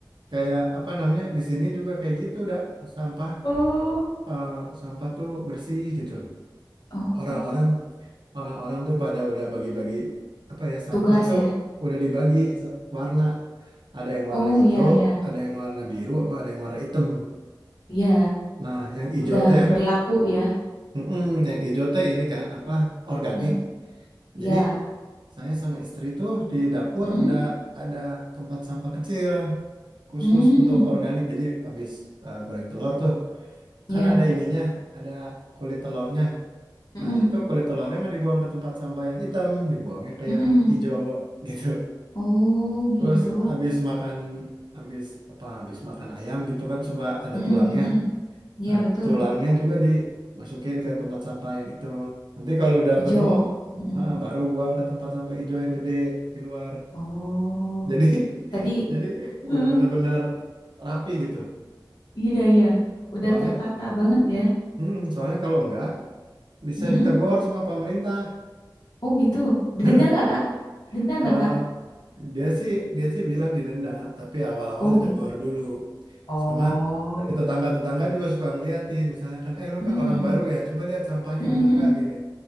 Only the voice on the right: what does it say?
kayak apa namanya di sini juga kayak gitu udah sampah
eh, sampah tuh bersih gitu.
Orang-orang orang-orang tuh pada udah bagi-bagi apa ya sampah
tuh
udah dibagi se- warna ada yang warna
hijau
ada yang warna biru sama ada yang warna hitam
nah yang hijau
teh
mm-mm, yang hijau teh ini kan apa organik
jadi saya sama istri tuh di dapur
ada ada tempat sampah kecil khusus
untuk organik jadi habis eh, goreng telur tuh
kan ada ininya ada kulit telurnya
nah itu kulit telurnya nggak dibuang ke tempat sampah yang hitam dibuangnya ke
yang hijau <laughs> gitu
Terus
abis makan abis apa abis makan ayam gitu kan suka ada
tulangnya.
Nah,
tulangnya juga dimasukin ke tempat sampah yang itu. Nanti kalau udah
penuh,
ah, baru buang ke tempat sampah hijau yang gede di luar.
Jadi <laughs>
jadi
udah benar-benar rapi gitu.
Soalnya,
hmm, soalnya kalau enggak bisa
ditegur sama pemerintah.
<laughs>
Eh,
dia sih dia sih bilang didenda, tapi awal-awal
ditegur
dulu.
Sama dari tetangga-tetangga juga suka ngeliatin misalnya kan eh lu
kan orang baru ya coba lihat sampahnya
bener
gak gini